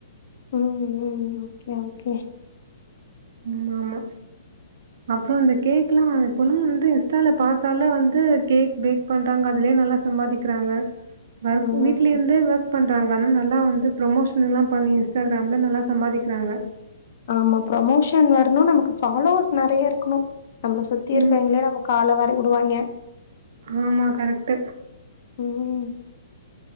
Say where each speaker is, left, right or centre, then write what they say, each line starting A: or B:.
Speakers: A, on the left; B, on the right.
A: ம் ம் ஓகே ஓகே
B: ம்ம் ஆமா அப்பறம் இந்த கேக் எல்லாம் இப்ல்லாம் வந்து இன்ஸ்டால பாத்தால வந்து கேக் பேக் பண்றாங்க அதுலயே நல்லா சம்பாதிக்கிறாங்க வ
A: ம்
B: வீட்ல இருந்து ஒர் பண்றாங்கனா நல்லா வந்து ப்ரமோஷன் எல்லாம் பண்ணி இன்ஸ்டாகிராம்ல நல்லா சம்பாதிக்கிறாங்க
A: ஆமா ப்ரமோஷன் வரணும் நமக்கு ஃபாலோஸ் நெறைய இருக்கணும் நம்மள சுத்தி இருக்கவங்களே
B: ம்.
A: நம்ம கால வாரி உடுவாங் கிய
B: ஆமா கரெக்டு
A: ம்